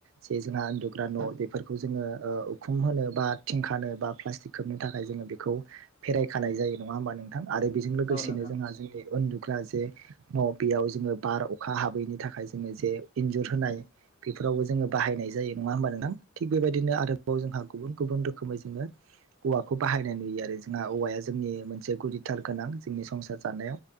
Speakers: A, on the right; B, on the left.
A: ज जोंहा उन्दुग्रा न' बेफोरखौ जोङो उखुम होनो बा थिंख बा पटिक खोबनो थाखाय जोङो बेखौेर खानाय जायो नङा होमबा नोंथां आरो बेजों लोगोसेनो
B: औ नोंथां औ
A: जोंहा
B: नोंथां
A: जोंनि उन्दुग्रा जे न' बेयाव जोङो बार अखा हाबैनि थाखाय जोङो जे इन्जुर होनाय बेफोरावबो जोङो बाहायनाय जायो नङा होमबा नोंथां थिग बेबायदिनो आरोबाव जोंहा गुबुन गुबुन रोखोमै जोङो औवाखौ बाहायनाय नुयो आरो जोंहा औवाया जों जोंनि मोनसे गुुरदिथार गोनां जोंनि संसार जानायाव